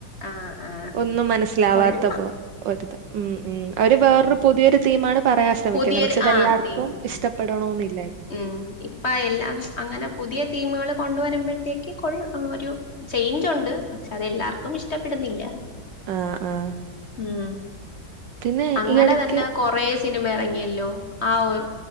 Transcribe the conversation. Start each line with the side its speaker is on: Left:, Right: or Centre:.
Left: ആഹ് ആഹ്
Right: ഒന്നും മനസ്സിലാവാത്ത
Left: കൊള്ളാം
Right: പോ ഒര്ത് ഉം ഉം അവര് വേറൊരു
Left: ഉം
Right: പുതിയൊരു തീമാണ് പറയാൻ ശ്രമിക്കുന്നത്
Left: പുതിയൊരു
Right: പക്ഷെ അതെല്ലാർക്കും
Left: ആഹ് തീം
Right: ഇഷ്ടപ്പെടണോന്നില്ല
Left: ഉം ഇപ്പ എല്ലാം അങ്ങനെ പുതിയ തീമുകൾ കൊണ്ടുവരുമ്പഴത്തേക്ക് കൊൾ ഒരു ചെയിഞ്ചുണ്ട് പക്ഷെ അത് എല്ലാർക്കും ഇഷ്ടപ്പെടുന്നില്ല
Right: ആഹ് ആഹ്
Left: ഉം
Right: പിന്നെ
Left: അങ്ങനെ
Right: ഈ എടക്ക്
Left: തന്നെ കൊറേസ് സിനിമ ഇറങ്ങിയല്ലോ ആഹ്